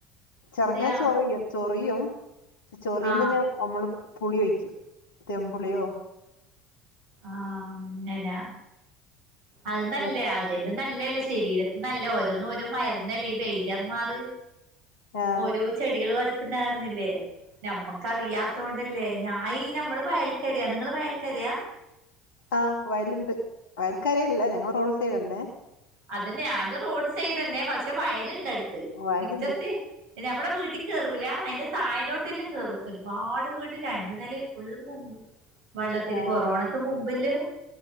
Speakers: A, on the left; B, on the right.
A: ചെറങ്ങാ
B: അതെയാ
A: ചൊറിയും ചൊറിയും ചൊറിയുന്നേന്
B: ആഹ്
A: നമ്മള് പുളി ഒയിക്കും തെമ്പുളിയോ
B: ആ അങ്ങനാ അത് നല്ലയാ.
A: ആഹ്
B: അതല്ലും നല്ലല്ലേ? ശരീരത്തിന്നല്ല ഓരോന്നും ഓരോ മര്ന്നല്ലേ ഈ വൈദ്യർമാറ്
A: ആഹ്
B: ഓരോ ചെടികള് വരക്കുണ്ടാണില്ലേ? നമ്മക്കറിയാ ത്തോണ്ടല്ലേ ഞാ ഈ നമ്മള് വയൽക്കരയാ നിങ്ങള് വയൽക്കരയാ?
A: ആ വയല്ണ്ട് വയൽക്കരയല്ല ഞങ്ങള് റോഡ് സൈഡന്നെ.
B: അതന്നെ ഞാനും റോഡ് സൈഡന്നെ പക്ഷെ വയല്ണ്ട്ടുത്ത്
A: വയലുണ്ട്
B: മിറ്റത്ത് പിന്നമ്മടെ വീട്ടി കേറൂല്ല അയിന്റെ തായലോട്ടെല്ലാം കേറും ഒരുപാട് വീട് രണ്ടു നിലേം ഫുൾ മുങ്ങും. വള്ളത്തില്
A: ആഹ്
B: കൊറോണക്ക് മുമ്പല്ലോം